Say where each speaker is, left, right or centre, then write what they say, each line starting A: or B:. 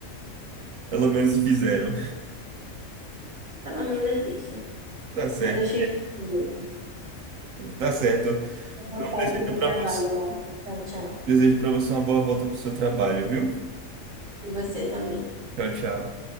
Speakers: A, on the right (about 70°); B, on the right (about 55°).
A: Pelo menos fizeram.
B: Pelo menos isso.
A: Tá certo.
B: Mas achei fofo mesmo.
A: Tá certo.
B: Vou voltar
A: Então, desejo
B: aqui pro
A: pra
B: trabalho,
A: você,
B: Marcos. Tchau, tchau.
A: desejo para você uma boa volta pro seu trabalho, viu?
B: E você também.
A: Tchau, tchau.